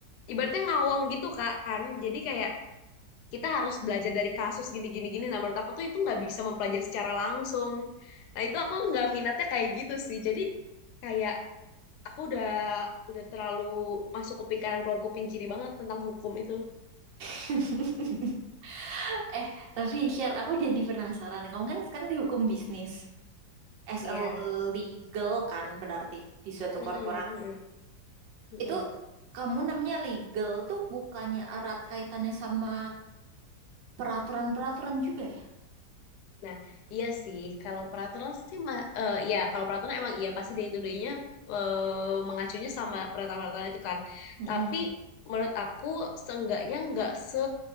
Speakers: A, on the left; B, on the right.
A: ibaratnya ngawang gitu Kak kan. Jadi kayak kita harus belajar dari kasus gini gini gini nah menurut aku tuh itu nggak bisa mempelajari secara langsung nah itu aku nggak minatnya kayak gitu sih jadi kayak aku udah udah terlalu masuk kuping kanan keluar kuping kiri banget tentang hukum itu
B: <laughs> Eh, tapi share, aku jadi penasaran. Kamu kan sekarang di hukum bisnis. As
A: iya
B: a legal kan berarti di suatu
A: Mm-mm,
B: korporat.
A: mm-mm, mm-mm.
B: Itu kamu namanya legal tuh bukannya erat kaitannya sama peraturan-peraturan juga ya?
A: Nah, iya sih. Kalau peraturan sih, ma- eh, ya kalau peraturan emang iya pasti day to day-nya eh, mengacunya sama peraturan-peraturan itu kan.
B: Mm-mm.
A: Tapi menurut aku seenggaknya nggak se